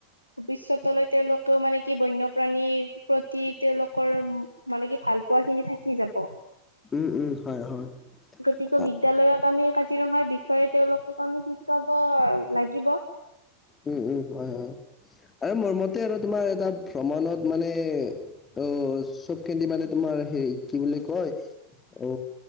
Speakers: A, on the left; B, on the left.
A: ভৱিষ্যত লৈ তেওঁলোক মানে কি বন্যপ্ৰাণীৰ প্ৰতি তেওঁলোকৰ মানে কি ভাল পোৱা খিনি থাকি যাব
B: উম উম হয় হয়
A: গতিকে
B: আ,
A: বিদ্যালয়ত আমি কা জিৰঙাৰ বিষয়ে তেওঁলোকক আমি শিকাব লাগিব
B: উম উম হয় হয় আৰু মোৰ মতে আৰু তোমাৰ এটা ভ্ৰমণত মানে অ চব খেদি মানে তোমাৰ হেৰি কি বুলি কয় অ